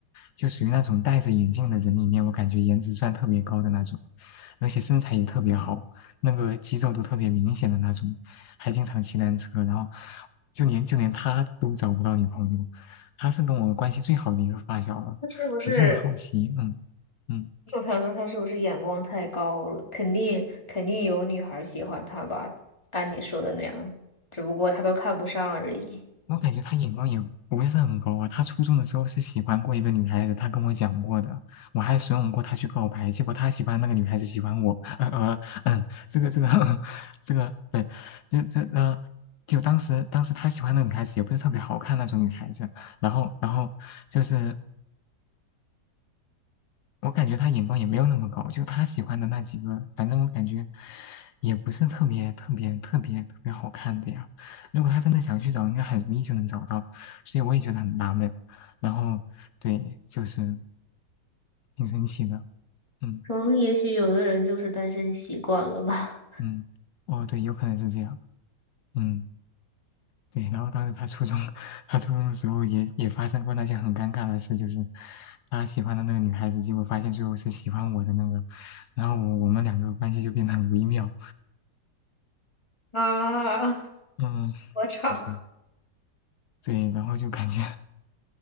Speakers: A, on the left; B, on the left.
A: 就属于那种戴着眼镜的人里面，我感觉颜值算特别高的那种，而且身材也特别好，那个肌肉都特别明显的那种，还经常骑单车，然后就连就连他都找不到女朋友。她是跟我关系最好的一个发小了，
B: 那是不是
A: 我就很好奇，嗯嗯，
B: 我想说他是不是眼光太高了？肯定肯定有女孩儿喜欢他吧，按你说的那样，只不过他都看不上而已。
A: 我感觉她眼光也不是很高啊。她初中的时候是喜欢过一个女孩子，她跟我讲过的，我还怂恿过她去告白，结果她喜欢那个女孩子喜欢我，呃呃嗯，这个这个 <laughs> 这个，对，这这呃。就当时，当时她喜欢那个女孩子也不是特别好看那种女孩子，然后，然后就是我感觉他眼光也没有那么高，就他喜欢的那几个，反正我感觉也不是特别特别特别特别好看的呀。如果他真的想去找，应该很容易就能找到，所以我也觉得很纳闷。然后对，就是挺生气的，嗯
B: 可能也许有的人就是单身习惯了吧。
A: 嗯，哦对，有可能是这样，嗯对。然后当时他初中，<laughs> 他初中的时候也也发生过那些很尴尬的事，就是他喜欢的那个女孩子，结果发现最后是喜欢我的那个，然后我我们两个关系就变得很微妙，
B: <laughs> 啊，
A: 嗯。
B: 我操！
A: 对，对，然后就感觉，